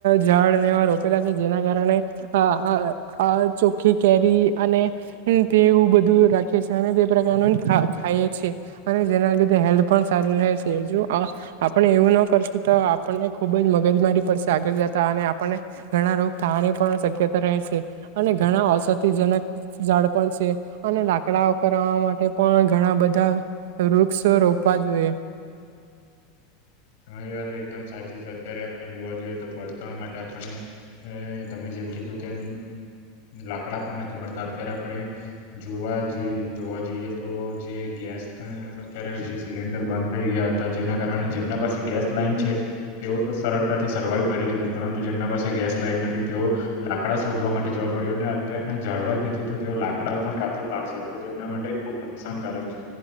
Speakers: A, on the right; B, on the left.
A: ઝાડ નેવા રોપેલા છે જેના કારણે આ આ ચોખ્ખી કેરી અને તે તેવું બધું રાખે છે અને તે પ્રકારનું ખ ખાયી અને જેના લીધે હેલ્થ પણ જો આપણે એવું ના કરશું તો આપણને ખુબ જ મગજ મારી પડશે આગળ જતા અને આપને ઘણા રોગ થવાની પણ શક્યતા રહે છે અને ઘણા ઔષધિજનક ઝાડ પણ છે અને લાકડાઓ કરવા માટે પણ ઘણા બધા વૃક્ષો રોપવા જોઈએ.
B: તમારી વાત એકદમ સાચી છે અત્યારે આપણે જોવા જોઈએ તો બળતણ માટે આપણને અમ્મ તમે જે જેમ કીધૂ તેમ લાકડા પણ નથી મળતા અત્યારે આપણે જોવા જઈ જોવા એ તો જે ગેસ અત્યારે જે સિલિન્ડર બંધ થઈ ગયા હતા જેના કારણે જેમના પાસે ગેસ લાઈન છે તેઓ તો સરળતાથી સર્વાઈવ કરી લીધું પરંતુ જેમના પાસે ગેસ લાઈન નથી તેઓ લાકડા શોધવા માટે જવા પડ્યું અનેને અત્યારના જાળવા જ નથી તો તેઓ લાકડાઓ પણ કાંથી પાડશે તો તેમના માટે ખબ નુકસાનકારક છે